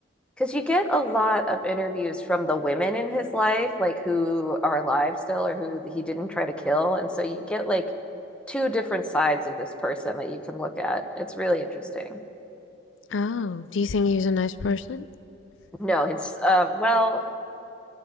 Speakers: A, in the centre; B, on the left.
A: Because you get a lot of interviews from the women in his life, like who are alive still or who he didn't try to kill. And so you get like two different sides of this person that you can look at. It's really interesting.
B: Oh, do you think he's a nice person?
A: No, it's uh well,